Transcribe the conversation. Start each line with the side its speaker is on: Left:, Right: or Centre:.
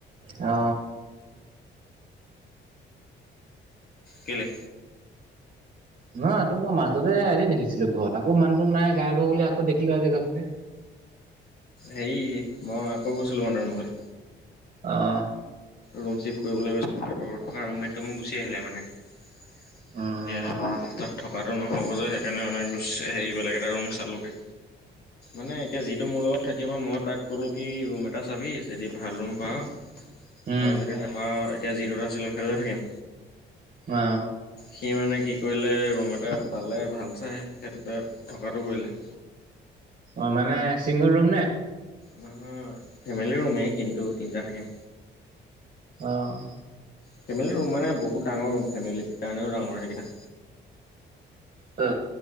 Right: অ
Left: কেলে
Right: নহ তোক মই মাজতে এদিন দেখিছিলো ঘৰত আকৌ মানুহটো নাই গাইব হৈ গলি বুলি আকৌ দেখিলো আজি ঘৰতকে
Left: হেৰি মই আকৌ গৈছিলো মানে ৰুমলৈ
Right: অহ
Left: ৰুম চিফ কৰাবলৈ গৈছিলো আগত থকা ৰুমেটটো মো গুচি আহিলে মানে এয়া
Right: উম
Left: তত থত থকটো নহ'ব যে সেইকাৰণে মানে হেৰি বেলেগ এটা ৰুম চালোগৈ মানে এতিয়া যিটো মোৰ লগত থাকিব মই তাক ক'লো কি ৰুম এটা চাবি যদি ভাল ৰুম পাৱ
Right: উম
Left: আৰু যে নাপায় এতিয়া যিটোত আছিলে সেইটোতে থাকিম
Right: অ
Left: সি মানে কি কৰিলে ৰুম এটা পালে ভাল চাই সেইটোতে থকটো কৰিলে
Right: অ মানে চিংগল ৰুম নে?
Left: নহয় ফেমিলি ৰুমেই কিন্তু তিনিটা থাকিম
Right: আহ
Left: ফেমিলি ৰুম মানে বহুত ডাঙৰ ৰুম ফেমিলীৰ কাৰণেও ডাঙৰ সেইকেইটা
Right: অ